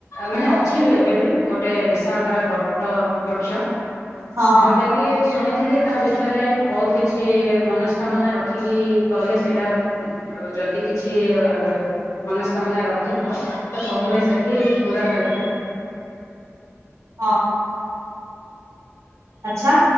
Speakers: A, on the left; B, on the right.
A: ମାନେ ଅଛି ବି ଏବେ ବି ଗୋଟେ ବିଶାଳ କାଳ ବ ବୃକ୍ଷ
B: ହଁ ହଁ
A: ଯୋଉଟା କି ଶୁଣ ଥିଲି ତା ବିଷୟରେ ବହୁତ କିଛି ମନସ୍କାମନା ରଖିକି ଗଲେ ସେଇଟା ଓ ଯଦି କିଛି ଅ ମନସ୍କାମନା ର ଖିଥାଅ ତ କହିଲେ ସେଠି ପୁରା ହୋଇଥାଏ।
B: ହଁ। ଆଚ୍ଛା।